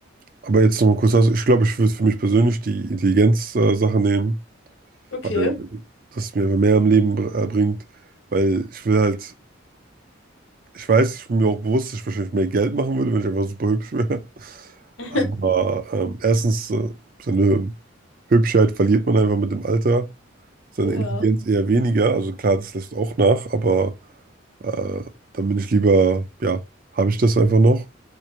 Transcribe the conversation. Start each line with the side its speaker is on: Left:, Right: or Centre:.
Right: aber jetzt noch mal kurz, also ich glaube, ich würde für mich persönlich die Intelligenz-Sache nehmen,
Left: Okay.
Right: weil das mir mehr am Leben br- äh, bringt, weil ich will halt, ich weiß, ich bin mir auch bewusst, dass ich wahrscheinlich mehr Geld machen würde, wenn ich einfach super hübsch wäre.
Left: <laughs>
Right: Aber ähm, erstens, äh, seine Hübschheit verliert man einfach mit dem Alter, seine
Left: Ja.
Right: Intelligenz eher weniger, also klar, das lässt auch nach, aber äh, dann bin ich lieber, ja, habe ich das einfach noch.